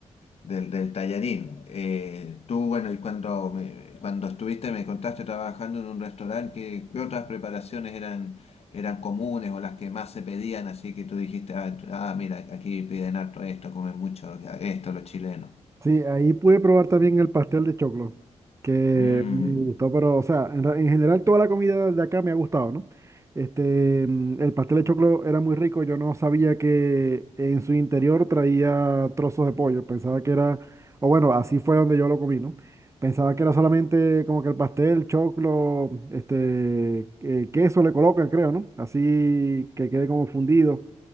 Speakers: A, on the left (about 55°); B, on the right (about 25°).
A: del, del tallarín. Eh, tú, bueno, y cuando, me- cuando estuviste, me contaste trabajando en un restaurante, ¿qué, qué otras preparaciones eran, eran comunes o las que más se pedían? Así que tú dijiste, ah, ah, mira, aquí piden harto esto, comen mucho esto los chilenos.
B: Sí, ahí pude probar también el pastel de choclo, que
A: Mm.
B: me gustó, pero, o sea, en, ra- en general toda la comida de acá me ha gustado, ¿no? Este, mm, el pastel de choclo era muy rico, yo no sabía que en su interior traía trozos de pollo, pensaba que era, o bueno, así fue donde yo lo comí, ¿no? Pensaba que era solamente como que el pastel, choclo, este, eh, queso le colocan, creo, ¿no? Así que quede como fundido.